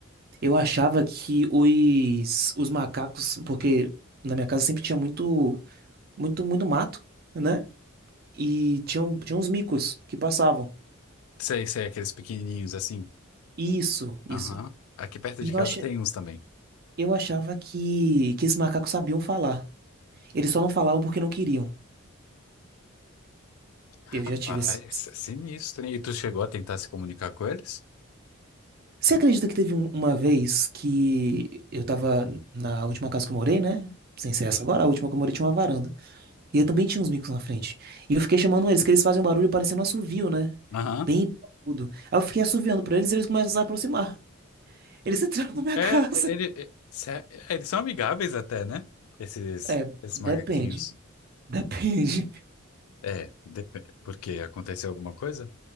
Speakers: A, on the right; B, on the left.
A: Eu achava que os, os macacos, porque na minha casa sempre tinha muito, muito, muito mato, né? E tinham, tinha uns micos que passavam.
B: Sei, sei, aqueles pequenininhos assim.
A: Isso, isso.
B: Aham. Aqui perto
A: E
B: de
A: eu,
B: casa
A: acha,
B: tem uns também.
A: eu achava que, que esses macacos sabiam falar. Eles só não falavam porque não queriam.
B: Rapaz,
A: Eu já tive esse.
B: é sinistro, hein? E tu chegou a tentar se comunicar com eles?
A: Você acredita que teve um- uma vez que eu tava na última casa que eu morei, né? Sem ser essa agora, a última que eu morei tinha uma varanda. E eu também tinha uns micos na frente. E eu fiquei chamando eles, que eles fazem um barulho parecendo um assovio, né?
B: Aham.
A: Bem agudo. Aí eu fiquei assoviando pra eles e eles começam a se aproximar. <laughs> Eles entraram na minha
B: É,
A: casa.
B: é, ele, é, sé- eles são amigáveis até, né? Esses,
A: É,
B: esses
A: depende.
B: macaquinhos.
A: Depende.
B: É, dep- porque aconteceu alguma coisa?